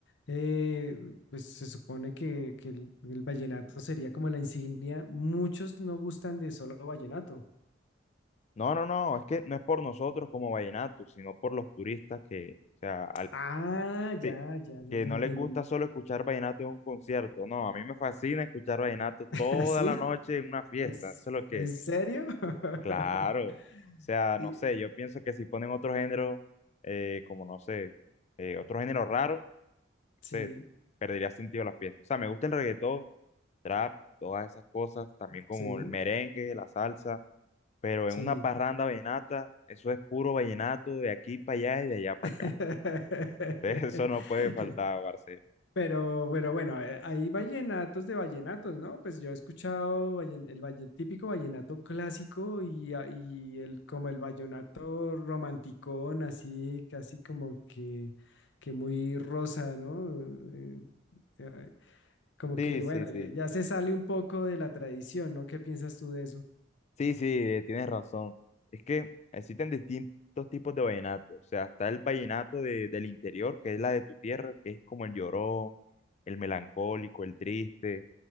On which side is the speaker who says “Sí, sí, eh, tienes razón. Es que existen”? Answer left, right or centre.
Left